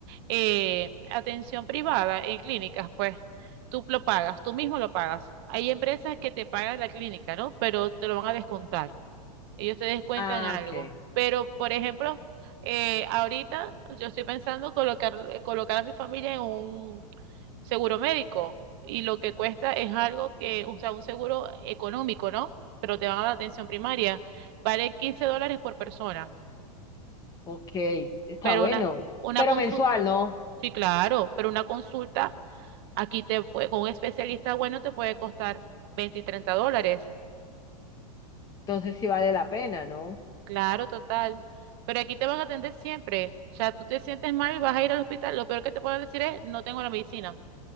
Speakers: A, on the right (about 40°); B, on the left (about 15°).
A: eh, atención privada en clínicas, pues tú lo pagas, tú mismo lo pagas. Hay empresas que te pagan la clínica, ¿no? Pero te lo van a descontar. Ellos te descuentan
B: Ah,
A: algo.
B: ok,
A: Pero, por ejemplo, eh, ahorita yo estoy pensando colocar, eh, colocar a mi familia en un seguro médico y lo que cuesta es algo que, o sea, un seguro económico, ¿no? Pero te van a dar atención primaria. Vale 15 dólares por persona,
B: ok, está
A: pero
B: bueno.
A: una, una
B: Pero
A: consulta,
B: mensual, ¿no?
A: sí, claro, pero una consulta aquí te puede, con un especialista bueno te puede costar 20 y 30 dólares.
B: Entonces sí vale la pena, ¿no?
A: Claro, total. Pero aquí te van a atender siempre. O sea, tú te sientes mal y vas a ir al hospital. Lo peor que te pueden decir es, no tengo la medicina.